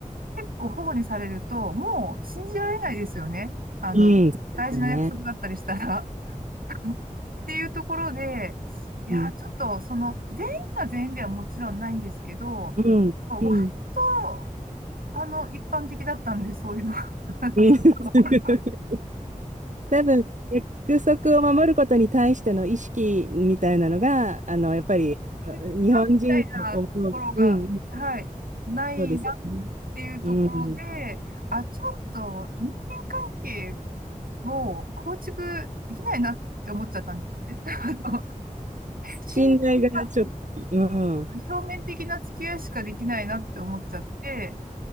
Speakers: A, on the right (about 85°); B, on the right (about 60°).
A: 結構保護にされると、もう信じられないですよね。あの、
B: うん、そうですよね。
A: 大事な約束だったりしたら。<laughs> っていうところで、いやー、
B: うん。
A: ちょっと、その、全員が全員ではもちろんないんですけど、
B: うん。うん。
A: まあ割
B: うん
A: と、あの、一般的だったんで、そういうのが。<laughs> そういうところが
B: <laughs>。多分、約束を守ることに対しての意識みたいなのが、あの、やっぱり、
A: 切さみたいなところが、
B: 日本人と思う。うん。
A: はい、ないなっ
B: そうですよね。
A: ていうところで、
B: うん。
A: あ、ちょっと人間関係を構築できないなって思っちゃったんですね。<laughs> あの信頼が
B: 信頼がちょっと、うん。
A: 表面的な付き合いしかできないなって思っちゃって、